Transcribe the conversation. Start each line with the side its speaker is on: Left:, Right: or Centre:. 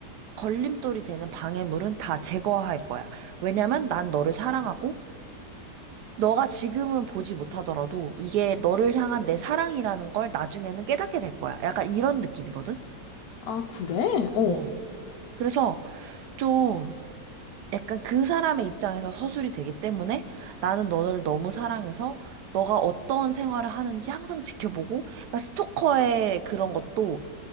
Right: 걸림돌이 되는 방해물은 다 제거할 거야. 왜냐면 난 너를 사랑하고, 너가 지금은 보지 못하더라도 이게 너를 향한 내 사랑이라는 걸 나중에는 깨닫게 될 거야. 약간 이런 느낌이거든?
Left: 아, 그래? 어.
Right: 어. 그래서 좀, 약간 그 사람의 입장에서 서술이 되기 때문에 나는 너를 너무 사랑해서 너가 어떤 생활을 하는지 항상 지켜보고 그러니까 스토커의 그런 것도